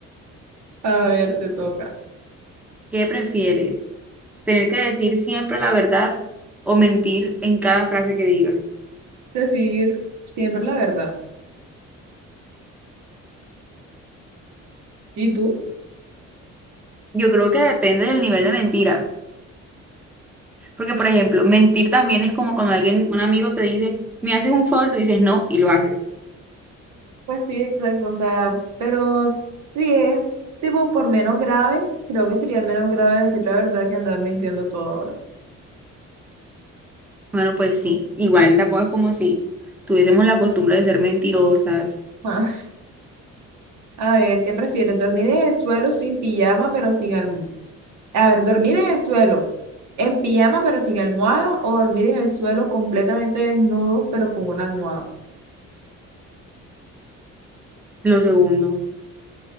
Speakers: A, on the right (about 75°); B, in the centre.
A: A ver, te toca
B: ¿Qué prefieres? ¿Tener que decir siempre la verdad o mentir en cada frase que digas?
A: decir siempre la verdad. ¿Y tú?
B: Yo creo que depende del nivel de mentira. Porque, por ejemplo, mentir también es como cuando alguien, un amigo te dice, me haces un favor, tú dices no y lo haces.
A: Pues sí, exacto, o sea, pero sí es tipo por menos grave, creo que sería menos grave decir la verdad que andar mintiendo todo ahora.
B: Bueno, pues sí, igual tampoco es como si tuviésemos la costumbre de ser mentirosas.
A: Ah, a ver, ¿qué prefieres? ¿Dormir en el suelo sin pijama pero sin almohada? A ver, ¿dormir en el suelo en pijama pero sin almohada o dormir en el suelo completamente desnudo pero con una almohada?
B: Lo segundo,